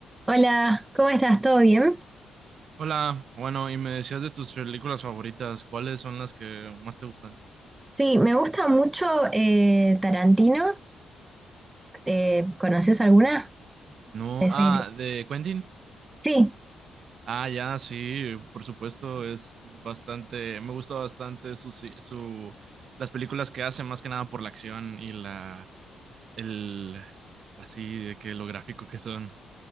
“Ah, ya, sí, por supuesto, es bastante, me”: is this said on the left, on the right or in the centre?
Right